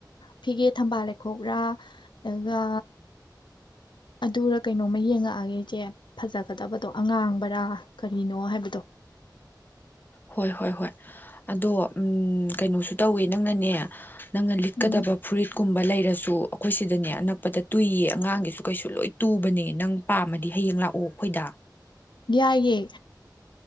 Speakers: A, on the left; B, on the left.
A: ꯐꯤꯒꯦ ꯊꯝꯕꯥꯜ ꯂꯩꯈꯣꯛꯔꯥ ꯑꯗꯨꯒ ꯑꯗꯨꯔ ꯀꯩꯅꯣꯝꯃ ꯌꯦꯡꯉꯛꯑꯒꯦ ꯏꯆꯦ ꯐꯖꯒꯗꯕꯗꯣ ꯑꯉꯥꯡꯕꯔꯥ ꯀꯔꯤꯅꯣ ꯍꯥꯏꯕꯗꯣ
B: ꯍꯣꯏ ꯍꯣꯏ ꯍꯣꯏ ꯑꯗꯣ ꯎꯝ ꯀꯩꯅꯣꯁꯨ ꯇꯧꯋꯦ ꯅꯪꯅꯅꯦ ꯅꯪꯅ ꯂꯤꯠꯀꯗꯕ
A: ꯎꯝ
B: ꯐꯨꯔꯤꯠ ꯀꯨꯝꯕ ꯂꯩꯔꯁꯨ ꯑꯩꯈꯣꯏ ꯁꯤꯗꯅꯦ ꯑꯅꯛꯄꯗ ꯇꯨꯏꯌꯦ ꯑꯉꯥꯡꯒꯤꯁꯨ ꯀꯩꯁꯨ ꯂꯣꯏ ꯇꯨꯕꯅꯦ ꯅꯪ ꯄꯥꯝꯃꯗꯤ ꯍꯌꯦꯡ ꯂꯥꯛꯑꯣ ꯑꯩꯈꯣꯏꯗ
A: ꯌꯥꯏꯌꯦ